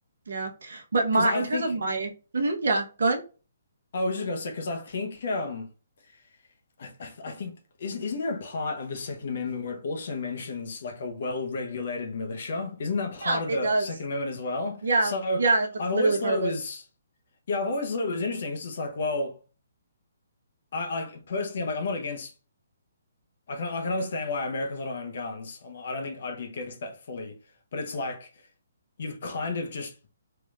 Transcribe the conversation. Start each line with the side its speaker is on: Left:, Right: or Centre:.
Right: Yeah, but my
Left: because I
Right: in
Left: think
Right: terms of my Mhm, yeah, go ahead.
Left: I was just gonna say because I think um I, I, I think isn't isn't there a part of the Second Amendment where it also mentions like a well-regulated militia? Isn't that part
Right: Yeah,
Left: of
Right: it
Left: the
Right: does.
Left: Second Amendment as well?
Right: Yeah,
Left: So
Right: yeah, that's
Left: I've
Right: literally
Left: always
Right: part
Left: thought
Right: of
Left: it
Right: it.
Left: was yeah, I've always thought it was interesting. It's just like well, I, I personally I'm like I'm not against I can I can understand why Americans don't own guns. I'm, I don't think I'd be against that fully, but it's like you've kind of just